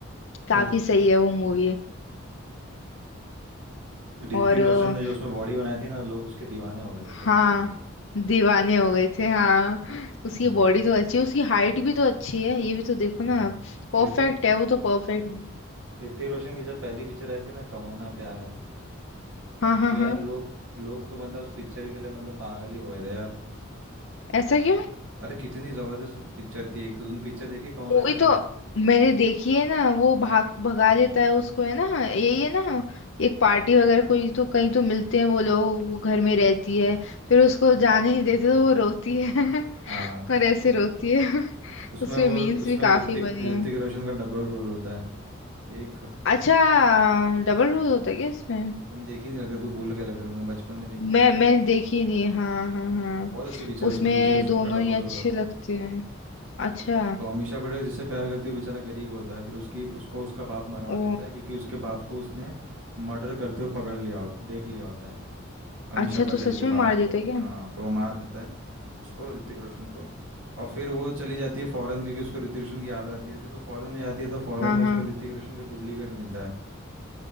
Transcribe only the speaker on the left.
काफी
सही है वो मूवी
और
हाँ
दीवाने हो गए थे हाँ
उसकी बॉडी तो अच्छी है उसकी हाइट भी तो अच्छी है ये भी तो देखो
ना आप परफेक्ट
है वो तो परफेक्ट
हाँ हाँ
हाँ
ऐसा क्यों
मूवी
तो
मैंने देखी है ना वो भाग
भगा लेता है उसको है ना यही है ना एक
पार्टी वगैरह कोई तो कहीं तो मिलते हैं वो लोग वो घर में रहती है फिर उसको जाने नहीं देते
तो वो रोती है
<laughs> और ऐसे रोती है <laughs>
उसमें
मीम्स
भी काफी
बने
हैं
अच्छा डबल
रोल होता है क्या इसमें
मैं
मैं देखी नहीं हाँ हाँ हाँ
उसमें
दोनों
ही अच्छे
लगते
हैं अच्छा
ओ
अच्छा
तो सच
में
मार देता
है क्या
हाँ
हाँ